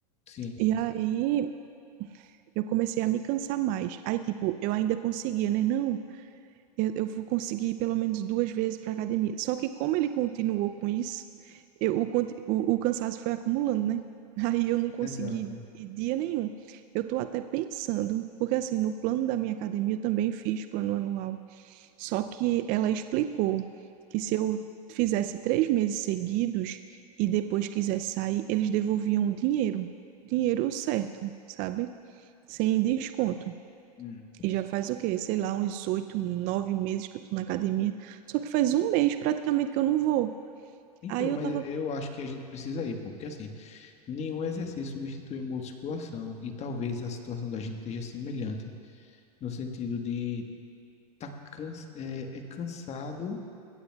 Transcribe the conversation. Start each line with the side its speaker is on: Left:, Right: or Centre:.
Left: Sim,
Right: E aí eu comecei a me cansar mais. Aí, tipo, eu ainda conseguia, né? Não. eu, eu vou conseguir ir pelo menos duas vezes para academia. Só que como ele continuou com isso, eu, o, conti- o, o cansaço foi acumulando, né? <laughs> Aí eu não consegui
Left: exato.
Right: ir dia nenhum. Eu tô até pensando, porque assim, no plano da minha academia eu também fiz plano anual. Só que ela explicou que se eu fizesse três meses seguidos e depois quisesse sair, eles devolviam o dinheiro. Dinheiro certo, sabe? Sem desconto.
Left: Hum.
Right: E já faz o quê? Sei lá, uns oito, nove meses que eu tô na academia. Só que faz um mês praticamente que eu não vou.
Left: Então,
Right: Aí eu
Left: mas
Right: tava.
Left: eu acho que a gente precisa ir, pô, porque assim, nenhum exercício substitui a musculação e talvez a situação da gente esteja semelhante no sentido de tá cans é, é cansado,